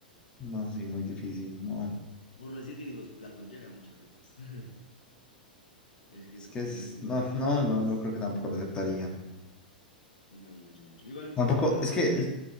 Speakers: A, on the left (about 20°); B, on the left (about 65°).
A: No, sí, muy difícil, no.
B: Por no decir que ni los platos llegan muchas veces. <laughs> Es que
A: Es
B: es,
A: que es-
B: que es muy, es muy
A: no,
B: desastroso,
A: no,
B: ¿sabes?
A: no, no creo que tampoco lo aceptaría.
B: Y no, mucho, mucho. Igual
A: Tampoco,
B: siento que, bueno,
A: es
B: digamos
A: que es-
B: que.